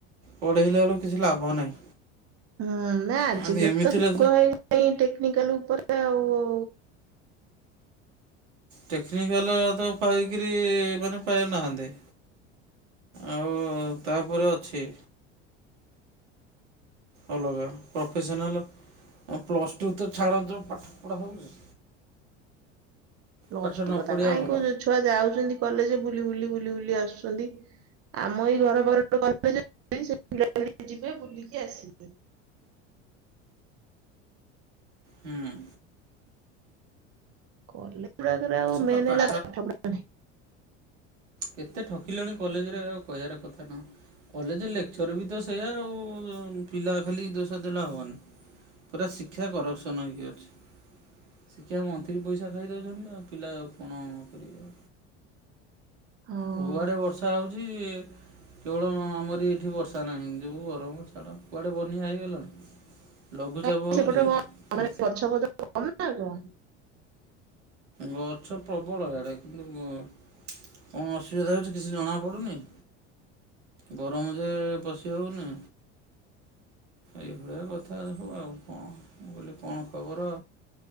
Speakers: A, on the right; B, on the right.
A: ପଢ଼େଇଲା ବେଳୁକୁ କିଛି ଲାଭ ନାହିଁ।
B: ହଁ ନା ଆଜିକାଲି
A: ଆମେ ଏମିତିରେ
B: ତ ଯୁଗ ହେଇଗଲାଣି ଟେକ୍ନିକାଲ ଉପରେ ଆଉ
A: ଟେକ୍ନିକାଲ ତ ପାଇକିରି ମାନେ ପାଇନାହାନ୍ତି। ଆଉ ତାପରେ ଅଛି। ଅଲଗା ପ୍ରଫେସନାଲ, ଆଉ ପ୍ଲସ୍ ଟୁ ତ ଛାଡ଼ ଯୋଉ ପାଠ ପଢ଼ା ହୋଉଚି।
B: ପ୍ଲଷ୍ଟୁ
A: ପାଠ ନ
B: କଥା
A: ପଢ଼ିବା
B: କାହିଁ
A: ଭଲ
B: କହୁଛୁ ଛୁଆ ଯାଉଛନ୍ତି କଲେଜ ବୁଲି, ବୁଲି, ବୁଲି, ବୁଲି ଆସୁଛନ୍ତି। ଆମ ଏଇ ଘର ପାଖରେ ଗୋଟେ କଲେଜ। ନାହିଁ ସେ କଲେଜ୍ ଯିବେ ବୁଲିକି ଆସିବେ।
A: ହୁଁ।
B: କଲେଜ ଗୁଡାକରେ ଆଉ
A: ସେ ପା
B: ମେନ୍
A: ପାଠ
B: ହେଲା ପାଠପଢ଼ା ନାହିଁ।
A: କେତେ ଠକିଲୁଣି କଲେଜରେ ଆଉ କହିବାର କଥା ନୁହିଁ। କଲେଜ ଲେକ୍ଚର ବି ତ ସେଇୟା ଆଉ ପିଲା ଖାଲି ଦୋଷ ଦେଲେ ହବନି। ପୁରା ଶିକ୍ଷା କରପସନ୍ ହେଇକି ଅଛି। ଶିକ୍ଷାମନ୍ତ୍ରୀ ପଇସା ଖାଇ ଦେଉଚନ୍ତି, ଆଉ ପିଲା କଣ କରିବେ।
B: ହଁ
A: କୁଆଡେ ବର୍ଷା ହଉଚି? କେବଳ ଆମରି ଏଠି ବର୍ଷା ନାହିଁ, ଯୋଉ ଗରମ ଛାଡ଼ କୁଆଡ଼େ ବନ୍ୟା ହେଇଗଲା। ଲଘୁଚାପ
B: କାହିଁ
A: ହଉଚି
B: ସେପଟେ
A: ହଁ
B: କଣ ମାନେ
A: ହଁ।
B: <unintelligible>
A: ଗଛ ପ୍ରବଳ ଏଡ଼େ କିନ୍ତୁ ଗ କଣ ଅସୁବିଧା ହେଉଚି କିଛି ଜଣାପଡ଼ୁନି। ଗରମ ଯେ ପଶି ହେଉନି। ଏଇଭଳିଆ କଥା ହଉ ଆଉ କଣ, ମୁ କହିଲି କଣ ଖବର?